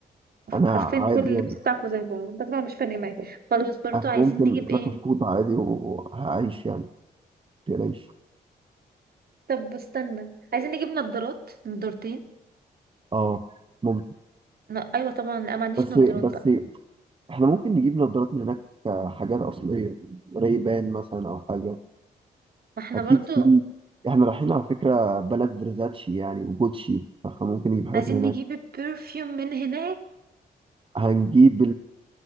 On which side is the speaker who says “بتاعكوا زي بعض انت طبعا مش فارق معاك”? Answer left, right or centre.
Right